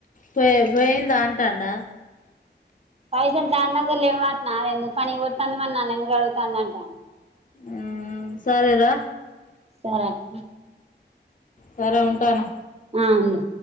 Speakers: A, on the left (about 45°); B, on the right (about 35°).
A: పోయి పోయింది దా అంటాన్డా
B: పైసలు దాన్ దగ్గర లేవన్టన్న అది ఎందుకు పని కి పోతుంది మరీ నన్ ఎందుకు అడుగుతుంది అంటాను
A: ఉమ్మ్ సరేరా
B: సరే అక్క
A: సరే ఉంటాను
B: ఆ ఉండు